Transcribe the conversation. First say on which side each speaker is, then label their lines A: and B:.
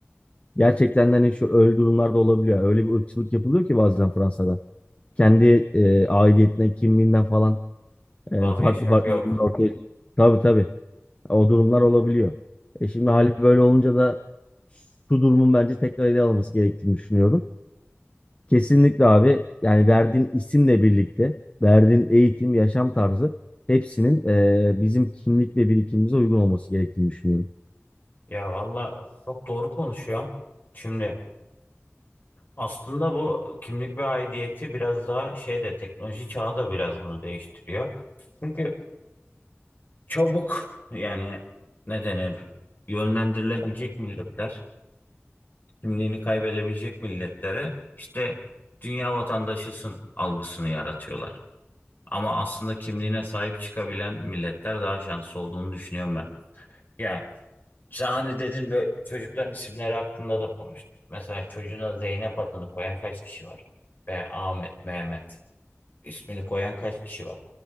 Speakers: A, on the left; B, on the left.
A: Gerçekten de hani şu öyle durumlarda olabiliyor. Öyle bir ırkçılık yapılıyor ki bazen Fransa'da. Kendi e, aidiyetinden, kimliğinden falan e,
B: Vazgeçmek
A: farklı farklı
B: yok.
A: durumlar ortaya. Tabii tabii. O durumlar olabiliyor. E şimdi hali böyle olunca da şu durumun bence tekrar ele alınması gerektiğini düşünüyorum. Kesinlikle abi. Yani verdiğin isimle birlikte, verdiğin eğitim, yaşam tarzı hepsinin e, bizim kimlik ve birikimimize uygun olması gerektiğini düşünüyorum.
B: Ya valla çok doğru konuşuyor. Şimdi aslında bu kimlik ve aidiyeti biraz daha şey de teknoloji çağı da biraz bunu değiştiriyor. Çünkü çabuk yani ne denir yönlendirilebilecek milletler, kimliğini kaybedebilecek milletlere işte dünya vatandaşısın algısını yaratıyorlar. Ama aslında kimliğine sahip çıkabilen milletler daha şanslı olduğunu düşünüyorum ben. Ya sen hani dedin böyle çocukların isimleri hakkında da konuştuk. Mesela çocuğuna Zeynep adını koyan kaç kişi var? Ve Ahmet, Mehmet ismini koyan kaç kişi var?